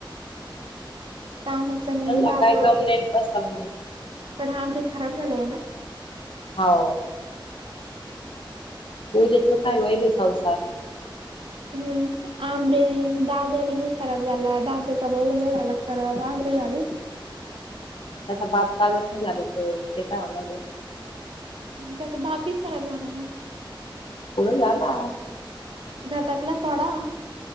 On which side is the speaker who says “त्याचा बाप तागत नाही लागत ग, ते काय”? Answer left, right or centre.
Left